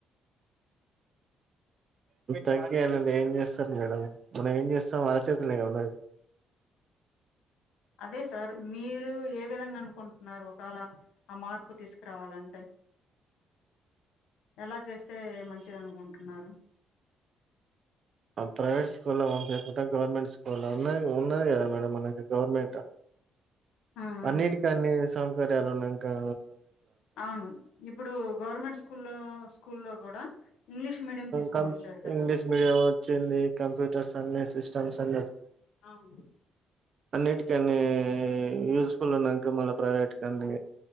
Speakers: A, on the right; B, on the left.
A: తగ్గాలంటే ఏం చేస్తరు మేడం మనం ఏం చేస్తం వల్ల చేతుల్నేగా ఉన్నది.
B: అదే సార్ మీరు ఏ విధంగా అనుకుంటున్నారు. ఒకవేళ ఆ మార్పు తీసుకురావాలంటే ఎలా చేస్తే మంచిది అనుకుంటున్నారు.
A: ప్రైవేట్ స్కూల్లో పంపియకుంటె గవర్నమెంట్ స్కూల్లో ఉన్నయి ఉన్నది కదా మేడం మనకి గవర్నమెంట్
B: ఆ
A: అన్నిటి
B: ఆ
A: కాన్ని సౌకర్యాలున్నాయి కా
B: అవును ఇప్పుడు గవర్నమెంట్ స్కూల్లో స్కూల్లో కూడా ఇంగ్లీష్ మీడియం తీసుకొని
A: కం
B: వచ్చారు కదా
A: ఇంగ్లీష్ మీడియం వచ్చింది కంప్యూటర్స్ అన్ని సిస్టమ్స్ అ
B: అవును
A: అన్నిటికన్ని యూస్ఫుల్ల్ ఉన్నాక మళ్ళ ప్రైవేట్ కా అన్ని